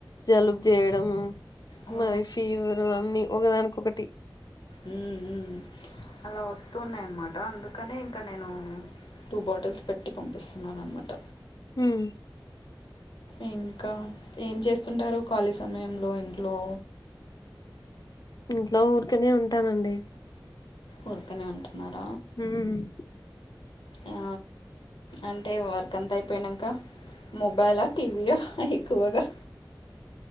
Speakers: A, on the left; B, on the left.
A: జలుబు చేయడం
B: ఆ,
A: మరి ఫీవరు అన్ని ఒకదానికొకటి
B: మ్మ్ మ్మ్ అలా వస్తూన్నాయనమాట అందుకు కానీ ఇంకా నేను టూ బాటిల్స్ పెట్టి పంపిస్తున్నాను అనమాట
A: మ్మ్
B: ఇంకా ఏం చేస్తుంటారు ఖాళీ సమయంలో ఇంట్లో
A: ఇంట్లో ఊరికనే ఉంటానండి
B: ఊరుకనే ఉంటున్నార
A: మ్మ్
B: ఆ, అంటే వర్క్ అంత అయిపోయినంకా మొబైలా టీవీయా ఎక్కువగా